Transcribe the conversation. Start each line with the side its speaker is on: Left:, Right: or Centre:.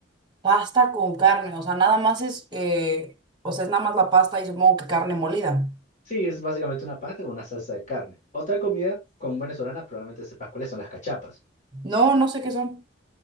Right: Pasta con carne, o sea, nada más es, eh, o sea, es nada más la pasta y supongo que carne molida.
Left: Sí, es básicamente una pasta con una salsa de carne. Otra comida común venezolana probablemente sepas cuáles son las cachapas.
Right: No, no sé qué son.